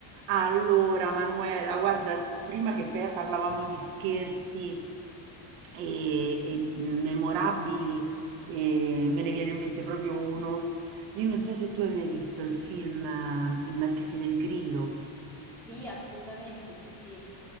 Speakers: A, on the right; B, in the centre.
A: Allora, Manuela, guarda, prima che pe- parlavamo di scherzi e, e memorabili, e me ne viene in mente proprio uno. Io non so se tu hai mai visto il film eh, Il Marchese del Grillo.
B: Sì, assolutamente, sì, sì.